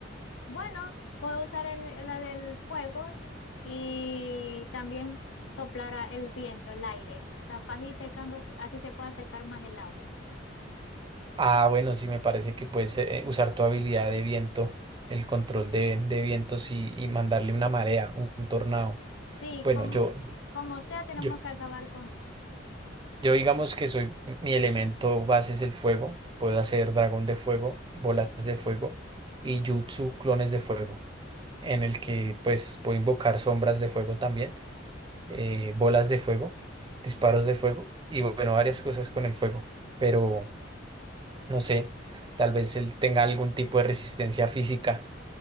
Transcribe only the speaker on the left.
Bueno, puedo usar el, la del fuego y también soplar a- el viento, el aire, capaz y secando, así se puede secar más el agua.
Sí,
como,
como sea, tenemos
que acabar con él.